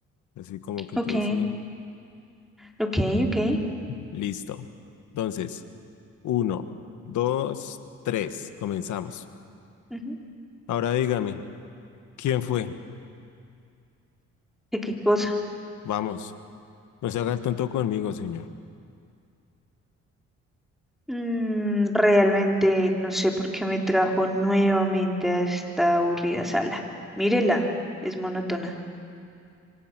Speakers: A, on the left; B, in the centre.
A: Así como que
B: Ok.
A: te dice,
B: Ok, ok.
A: listo. Entonces. Uno, dos, tres. Comenzamos.
B: Ujú.
A: Ahora dígame, ¿quién fue?
B: ¿De qué cosa?
A: Vamos, no se haga el tonto conmigo, señor.
B: Mm, realmente no sé por qué me trajo nuevamente a esta aburrida sala. Mírela, es monótona.